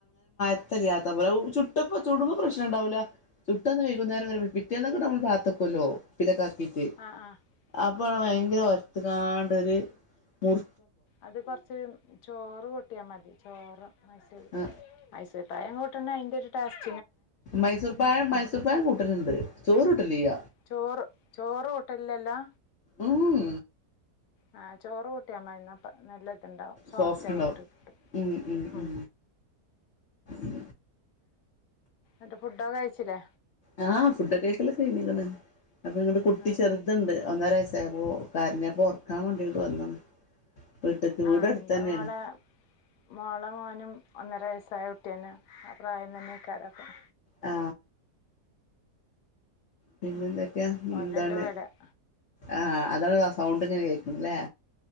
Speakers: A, on the left; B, on the left.
A: ത്തല്ല്യാത്ത പോലെ ചുട്ടപ്പ ചടുംമ്പ പ്രശ്നണ്ടാവൂല്ല ചുട്ടന്ന് വൈകുന്നേരം വരെ പിറ്റേന്നൊക്കെ നമ്മ പാത്തക്കല്ലോ കുപ്പീലക്കാക്കീട്ട്
B: ആ ആ
A: അപ്പളാ
B: ആ
A: ഭയങ്കര ഒര്ത്ത്കാണ്ട് ഒര് മുർ
B: അത് കൊർച്ച് ചോറ് കൂട്ടിയാ മതി ചോറ് മൈസൂര്
A: ആ
B: മൈസൂര് പഴം കൂട്ട്ണത് അയിന്റൊരു ടാസ്ക്
A: മൈസൂർപാഴം മൈസൂർ പഴം കൂട്ടല്ണ്ട് ചോറ് കൂട്ടലില്ല
B: ചോറ് ചോറ് ഹോട്ടലിലല്ലാ
A: ഉം
B: ആ ചോറ് കൂട്ടിയാ മതി ന്നാ പ്പ നല്ല ഇതുണ്ടാവും
A: സോഫ്റ്റ്
B: ആയിട്ട്
A: ഇണ്ടാവും
B: കിട്ടും
A: ഉം ഉ
B: ഉം
A: ഉ
B: ന്നിട്ട് ഫുഡൊക്കെ കഴിച്ചില്ലേ
A: ആ ഫുഡൊക്കെ കഴിക്കലൊക്കെ കഴഞ്ഞിക്ക്ണ് അപ്പൊന്നട്ട് കുട്ടി
B: ഉം
A: ചെറുത്ണ്ട് ഒന്നര വയസ്സായ അപ്പോ ഓ കരഞ്ഞപ്പ ഒർക്കാൻ വേണ്ടി ഇങ്ങട്ട് വന്നതാണ് വീട്ട്ക്ക് വീട്
B: ആ
A: അടുത്തന്നെയാണ്
B: ഇന്റെ മോളെ മോളെ മോനും ഒന്നര വയസ്സായ കുട്ടിയെന്നേണ് ആ പ്രായം തന്നേക്കാാരപ്പം
A: ആ പിന്നെന്തൊക്കെയാ എന്താണ്
B: ഓലുണ്ട് ഇവിടെ
A: ആ അതാണ്താ സൗണ്ട്ങ്ങനെ കേക്ക്ണ് ല്ലേ